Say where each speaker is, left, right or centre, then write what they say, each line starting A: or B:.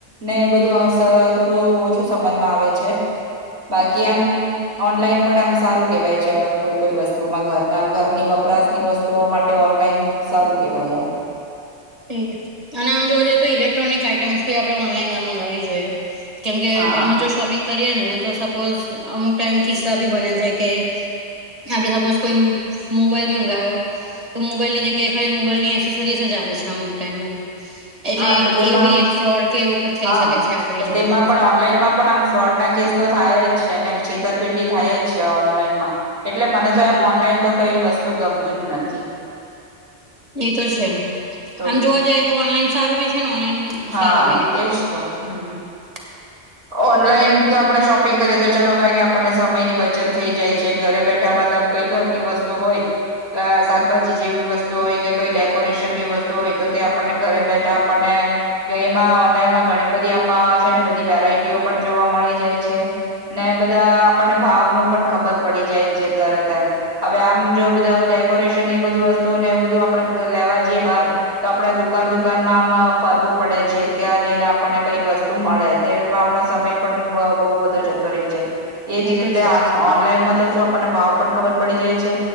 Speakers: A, on the right; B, on the right.
A: ને એ બધું હ થોડું ઓછું સમજમાં આવે છે. બાકી આમ ઓનલાઈન પણ આમ સારું કેવાય છે અ કોઈ કોઈ વસ્તુમાં ઘરના ઘરની વપરાશની વસ્તુઓ માટે ઓનલાઈન સારું કેવાય એમ
B: તે <inaudible> આમ જોવા જઈએ તો ઇલેક્ટ્રોનિક આઈટમ આપણે ઓનલાઈન ના મગાવવી જોઈએ કેમ કે
A: હા
B: એમાં જો શોપિંગ કરીએ ને તો સપોઝ અમુક ટાઈમ કિસ્સા બી બને છે કે એ આપડણે સપોઝ કોઈ મોબાઈલ મંગાયો તો મોબાઈલની જગ્યાએ ખાલી મોબાઈલ ની એસેસરીસ જ આવે છે અમુક ટાઈમ એટલે
A: હા તો તેમાં
B: એ બી એક ફ્રોડ કે એવું થઈ
A: હા
B: શકે છે આપણી
A: તો
B: જોડે
A: તેમાં પણ ઓનલાઈનમાં પણ આમ ફ્રોડ ના કેસ તો થાય જ છે ને છેતરપિંડી થાય જ છે ઓનલાઈનમાં એટલે મને
B: હમ
A: તો એમ ઓનલાઈન તો કઈ વસ્તુ તું ગમતું જ નથી.
B: એ તો છે
A: તો
B: આમ જોવા જઈએ તો ઓનલાઈન સારું બી છે ને ઓનલાઈન
A: હા
B: સારું બી નહી
A: એજ તો હમ્મ.
B: <inaudible>
A: ઓનલાઈન તો આપણે શોપિંગ કરીએ તો ચલો કઈ આપણને સમયની બચત થઈ જાય છે ઘરે બેઠા મતલબ કઈ ઘરની વસ્તુ હોય અ શાકભાજી જેવી વસ્તુ હોય કે કોઈ ડેકોરેશન ની વસ્તુ હોય તો તે આપણને ઘરે બેઠા આપણને ગ એમાં ઓનલાઈનમાં ઘણી બધી આમાં છે ને બધી વેરાયટીઓ પણ જોવા મળી જાય છે. ને બધા આપણને ભાવ નું પણ ખબર પડી જાય છે તરત એમ. હવે આમ જો બધું ડેકોરેશન એ બધું વસ્તુ ને એવું બધું આપડે લેવા જઈએ બહાર તો આપડે દુકાન દુકાનમાં આમ ફરવું પડે છે ત્યાં જઈને આપણને કઈ વસ્તુ મળે તેમાં આપણો સમય પણ બહુ બધો જતો રહે છે. એજ
B: એ
A: રીતે
B: તો છે
A: ઓન ઓનલાઈનમાં તો આપણને ભાવ પણ ખબર પડી જાય છે